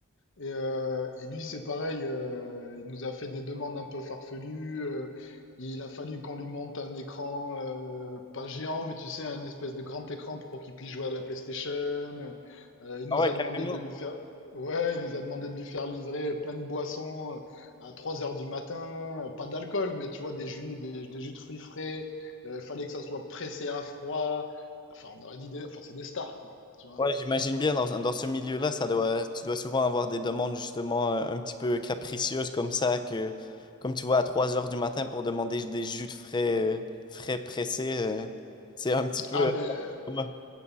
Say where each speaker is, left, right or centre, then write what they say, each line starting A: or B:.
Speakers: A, on the left (about 60°); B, on the left (about 20°).
A: Et, euh, et lui, c'est pareil, euh, il nous a fait des demandes un peu farfelues. euh, il a fallu qu'on lui monte un écran, euh, pas géant, mais tu sais, un espèce de grand écran pour qu'il puisse jouer à la PlayStation. Euh, il nous
B: Ah ouais,
A: a
B: carrément.
A: demandé de lui faire, ouais, il nous a demandé de lui faire livrer plein de boissons euh, à 3 heures du matin. Euh, Pas d'alcool, mais tu vois, des jus, des, des jus de fruits frais. Euh, Il fallait que ça soit pressé à froid. Enfin, on aurait dit, des... enfin, c'est des stars, quoi. Tu vois.
B: Ouais, j'imagine bien dans, dans ce milieu-là, ça doit, tu dois souvent avoir des demandes justement euh, un petit peu capricieuses comme ça, que comme tu vois à 3 heures du matin pour demander des jus de frais, euh, frais pressés, euh, c'est un petit peu.
A: Ah
B: euh,
A: ben,
B: comme-